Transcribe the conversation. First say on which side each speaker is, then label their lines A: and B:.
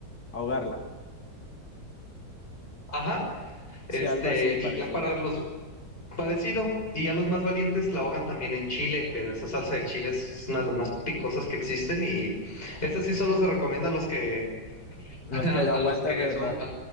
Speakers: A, on the left; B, on the left.
A: ahogarla.
B: Ajá, este,
A: Sí, algo así parecido.
B: y ya para los parecido, y ya los más valientes la ahogan también en chile, pero esa salsa de chile es una de las más picosas que existen y esa sí solo se recomienda a los que <laughs>
A: Los
B: A,
A: que
B: a
A: la aguantan
B: los que
A: de verdad.
B: son, a